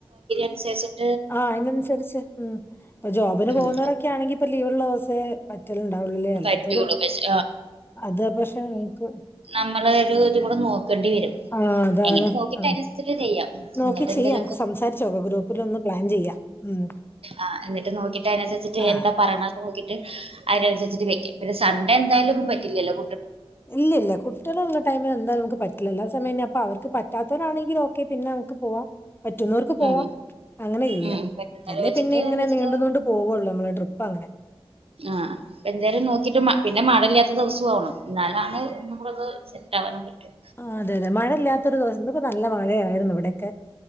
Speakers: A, on the right; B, on the left.
A: ശരി ശരി
B: ആഹ് അതിനനുസരിച്ച് ഉം ഇപ്പ ജോബിന് പോകുന്നവരൊക്കെ
A: ഉം
B: ആണെങ്കി ഇപ്പൊ ലീവ് ഉള്ള ദിവസ. <unintelligible> ണ്ടാവുള്ളല്ലേ അല്ലാത്തൊരു
A: പറ്റുള്ളൂ പക്ഷെ
B: അത് പക്ഷെ നമക്ക്.
A: നമ്മളെരുത്കൂടെ നോക്കണ്ടിവരും
B: ആഹ് അതാണ്
A: എങ്ങനെ നോക്കിട്ട്
B: ഉം
A: അയ്നൻസരിച്ച്ട്ട് ചെയ്യാം.
B: നോക്കി
A: എന്നിട്ട് എന്തേലൊക്കെ
B: ചെയ്യാമ്ക്ക് സംസാരിചോക്കാ ഗ്രൂപ്പിലൊന്ന് പ്ലാൻ ചെയ്യ ഉം.
A: ആഹ് എന്നിട്ട് നോക്കി പേനൻസര്ച്ചിട്ട്
B: ആഹ്
A: എന്താ പറണ്ക് നോക്കിറ്റ് അയ്നൻസര്ച്ചിട്ട് വെക്യാം പിന്ന സൺഡേന്തായാലും പറ്റില്യല്ലോ
B: ഇല്യല്ല കുട്ടേള് ള്ള ടൈമില് എന്താലു മ്ക്ക് പറ്റ്ലല്ലോ ല്ലസമയന്നെ അപ്പ അവർക്ക് പറ്റാത്തവരാണെങ്കി പോ ക്കെപിന്നെംക്ക് പോവാം പറ്റൂന്നോർക്ക് പോവാം.
A: ഉം
B: അങ്ങനെ ചിയ്യാം
A: ഉം പറ്റുന്നത്
B: അല്ലേപിന്നെങ്ങനെ
A: വെച്ചിട്ട് വെച്ചിട്ട്
B: നീണ്ട്നീണ്ട് പോവുള്ളുമ്മളെ ട്രിപ്പ ങ്ങനെ
A: ആഹ് അപ്പ എന്തായാലും നോക്കിട്ട് മ പിന്നെ മഴല്യാത്ത ദ്‌വ്സ്വാവണം എന്നാലാണ് ഒന്നും കൂടെത് സെറ്റാ വാനും പറ്റ്യാ.
B: ആഹ് അതെ അതെ മഴല്യാത്തൊരു ദിവസ് ഇന്ന്പ്പൊനല്ല മഴരെ യായിരുന്നുവ്ടക്കെ.